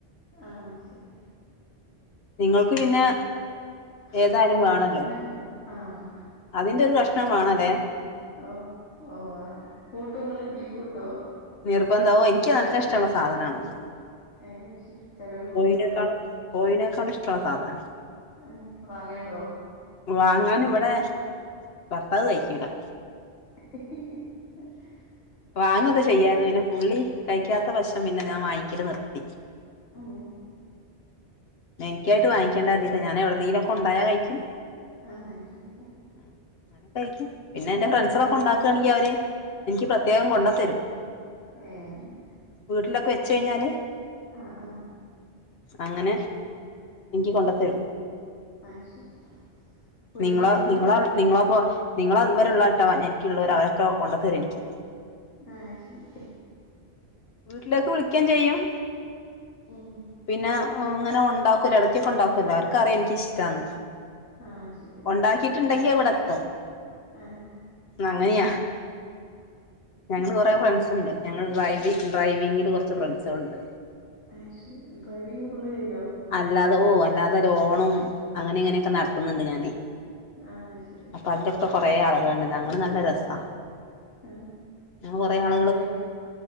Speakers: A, on the left (about 85°); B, on the left (about 65°).
A: ആഹ് അത്‌ ശെരി
B: നിങ്ങൾക്ക് പിന്നെ ഏതായാലും
A: നമ്മുക്ക് പിന്നെ
B: വേണല്ലോ
A: അത് എല്ലാം വേണ്ടാ ആഹ്
B: അതിന്റെ ഒര് കഷ്ണം വേണം ലേ
A: ഓ ഓ കൂട്ടോ ഇങ്ങള് ബീഫ് കൂട്ടോ
B: നിർബന്ധാ ഓ എനിക്ക് നല്ല ഇഷ്ട്ടള്ള സാധനാണത്
A: ഏഹ് ശരി ചെലോല്
B: കോയിനേക്കാളും
A: കൂട്ടൂലല്ലോ
B: കോയിനേക്കാളും ഇഷ്ട്ടള്ള സാധനാ
A: ആഹ് വാങ്ങല്ണ്ടോ
B: വാങ്ങാൻ ഇവടെ ഭാർത്താവ് കഴിക്കൂല്ലാ
A: <unintelligible> <unintelligible>
B: വാങ്ങും ഒക്കെ ചെയ്യാര്ന്നു പിന്നെ പുള്ളി കയിക്കാത്ത വശം പിന്നെ ഞാൻ വാങ്ങിക്കല് നിർത്തി
A: അങ്ങനെ
B: പിന്നെ എനിക്കായിട്ട് വാങ്ങിക്ക്യാണ്ടാന്ന് കര്തിട്ടാ ഞാൻ എവടെ എന്തെങ്കിലും ഒക്കെ ഒണ്ടായ കഴിക്കും
A: ആഹ് ആഹ് ശെരി
B: അങ്ങനെയൊക്കെ കയിക്കും പിന്നെ എന്റെ ഫ്രണ്ട്സൊളോക്കെ
A: വീട്ടില്
B: ഒണ്ടാക്ക്യാണെങ്കില് അവര് എനിക്ക് പ്രത്യേകം കൊണ്ട് തെരും
A: ഏഹ് അങ്ങനെ
B: വീട്ടിലൊക്കെ വെച്ച് കയിഞ്ഞാല്
A: ആഹ് ആഹ്
B: അങ്ങനെ ഇനിക്ക് കൊണ്ട് തെരും
A: ആഹ് ശരി വീട്ടിലിങ്ങള്
B: നിങ്ങളേ നിങ്ങളാ
A: സ്വന്തം
B: നിങ്ങളപ്പൊ നിങ്ങള് ഇവര് ഉള്ളാട്ടോ എനിക്ക് ഉള്ളോര് അവരൊക്കെ കൊണ്ട്തെരും എനിക്ക്
A: ആഹ് ശരി
B: വീട്ടിലേക്ക് വിളിക്ക്യയും ചെയ്യും
A: ഉമ്
B: പിന്നെ അങ്ങനെ ഒണ്ടാക്കുല്ലോ എടക്കൊക്കെ ഒണ്ടാക്കൂല്ലോ അവർക്ക് അറിയാം എനിക്ക് ഇഷ്ട ന്ന്
A: ആഹ് ശരി
B: ഒണ്ടാക്കിട്ട് ഇണ്ടങ്കി ഇവടെ എത്തും
A: ആഹ്
B: അങ്ങനേയാ ഞങ്ങള് കൊറേ ഫ്രണ്ട്സ് ഇണ്ട് ഞങ്ങള് ഡ്രൈവി ഡ്രൈവിങ്ങില് കൊറച്ച് ഫ്രണ്ട്സ്കള് ഇണ്ട്
A: അയ് ശേരി ഡ്രൈവിംഗ് ഫുള്ള് കയിഞ്ഞേ
B: അല്ലാതെ ഓഹ് അല്ലാതെ ലോണും അങ്ങനെ ഇങ്ങനെയൊക്കെ നടത്ത്ന്ന് ഇണ്ട് ഞാനേ
A: ആഹ് ശേരി
B: അപ്പതിലൊക്കെ കൊറെ ആളുകളൾണ്ട്. ഞങ്ങള് നല്ല രസാ.
A: ആഹ്.
B: ഞാൻ കൊറേ ആൾ
A: ഡ്രൈവി